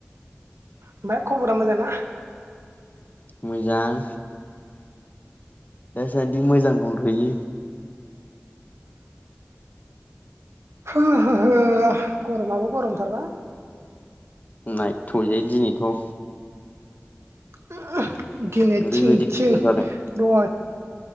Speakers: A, on the right; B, on the left.
A: आमफाय खबरा मोजां ना?
B: मोजां दासानदि मोजां दंथ'यो
A: हो हो हो गरमाबो गरमथारब्रा
B: नायथ'यै दिनैथ'
A: <inaudible> दिनै
B: ओरैबायदि
A: थिं थिं
B: गरम जादों
A: दङो